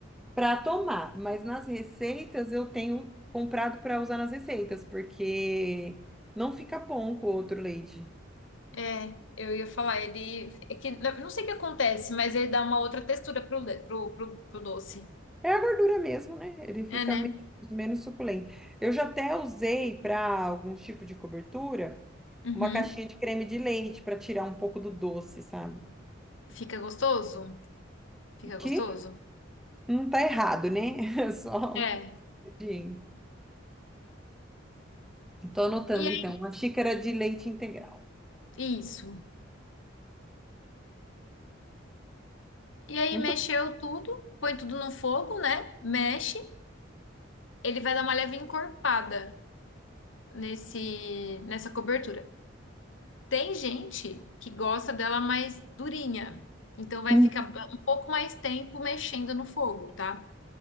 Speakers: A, in the centre; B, on the left.
A: Para tomar, mas nas receitas eu tenho comprado para usar nas receitas, porque não fica bom com outro leite.
B: É, eu ia falar, ele. É que, eu não sei o que acontece, mas ele dá uma outra textura pro, le- pro, pro, pro doce.
A: É a gordura mesmo, né? Ele
B: É,
A: fica
B: né?
A: menos, menos suculento. Eu já até usei para algum tipo de cobertura
B: Uhum.
A: uma caixinha de creme de leite para tirar um pouco do doce, sabe?
B: Fica gostoso? Fica
A: Que
B: gostoso?
A: não tá errado, né? <laughs> Só
B: É.
A: um pouquinho. Tô anotando
B: E aí,
A: então, uma xícara de leite integral.
B: isso. E aí
A: Muito
B: mexeu tudo, põe tudo no fogo, né? Mexe, ele vai dar uma leve encorpada nesse nessa cobertura. Tem gente que gosta dela mais durinha, então vai
A: bom.
B: ficar ba- um pouco mais tempo mexendo no fogo, tá?